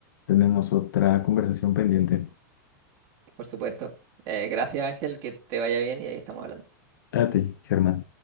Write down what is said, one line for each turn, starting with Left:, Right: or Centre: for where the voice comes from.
Left: tenemos otra conversación pendiente.
Right: Por supuesto. Eh, gracias Ángel, que te vaya bien y ahí estamos hablando.
Left: A ti, Germán.